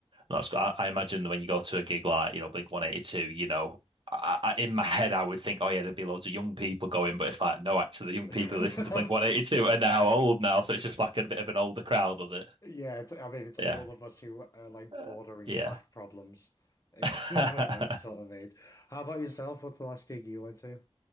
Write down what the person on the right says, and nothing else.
That's I, I imagine that when you go to a gig like, you know, Blink 182, you know, I, I, in my head I would think, oh yeah, there'd be loads of young people going, but it's like, no, actually, the young
people who listen to Blink
182 are now old now, so it's just like a bit of an older crowd, was it?
Yeah,
Uh,
yeah.
<laughs>